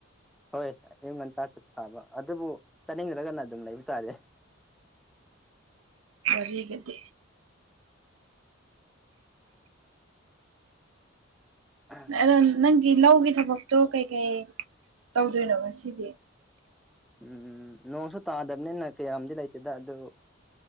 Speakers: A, in the centre; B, on the right.
A: ꯍꯣꯏ ꯑꯌꯨꯛ ꯉꯟꯇꯥ ꯆꯠꯄ ꯇꯥꯕ ꯑꯗꯨꯕꯨ ꯆꯠꯅꯤꯡꯗ꯭ꯔꯒꯅ ꯑꯗꯨꯝ ꯂꯩꯕ ꯇꯥꯔꯦ
B: ꯋꯥꯔꯤꯒꯗꯤ
A: ꯎꯝ
B: ꯑꯗ ꯅꯪꯒꯤ ꯂꯧꯒꯤ ꯊꯕꯛꯇꯣ ꯀꯩꯀꯩ ꯇꯧꯗꯣꯏꯅꯣ ꯉꯁꯤꯗꯤ
A: ꯎꯝ ꯅꯣꯡꯁꯨ ꯇꯥꯗꯕꯅꯤꯅ ꯀꯌꯥꯝꯗꯤ ꯂꯩꯇꯦꯗ ꯑꯗꯨ